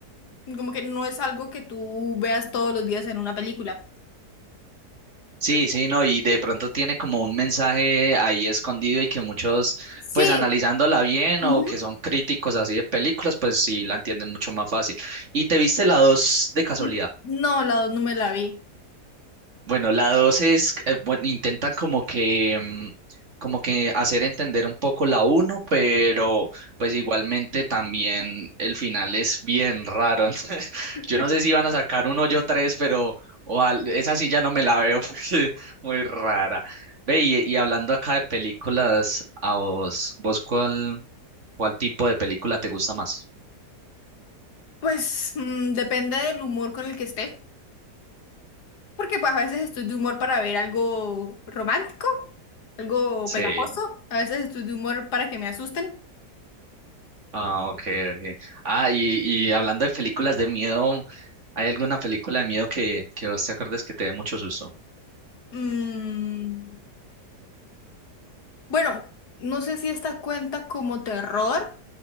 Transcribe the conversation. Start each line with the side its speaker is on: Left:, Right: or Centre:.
Left: como que no es algo que tú veas todos los días en una película.
Right: Sí, sí, no, y de pronto tiene como un mensaje ahí escondido y que muchos,
Left: Sí.
Right: pues analizándola bien
Left: ujú.
Right: o que son críticos así de películas, pues sí la entienden mucho más fácil. ¿Y te viste la dos de casualidad?
Left: N- No, la dos no me la vi.
Right: Bueno, la dos es, eh, bueno, intentan como que, mm, como que hacer entender un poco la uno, pero pues igualmente también el final es bien raro. <laughs> Entonces,
Left: <laughs>
Right: yo no sé si van a sacar un hoyo tres, pero o al- esa sí ya no me la veo <laughs> porque muy rara. Ve, y, y hablando acá de películas, a vos, ¿vos cuál, cuál tipo de película te gusta más?
Left: Pues mm, depende del humor con el que esté, porque pues a veces estoy de humor para ver algo romántico, algo
Right: Sí.
Left: pegajoso, a veces estoy de humor para que me asusten.
Right: Ah, ok, ok. Ah, y, y hablando de películas de miedo, ¿hay alguna película de miedo que, que vos te acuerdes que te dé mucho susto?
Left: Mm, bueno, no sé si esta cuenta como terror.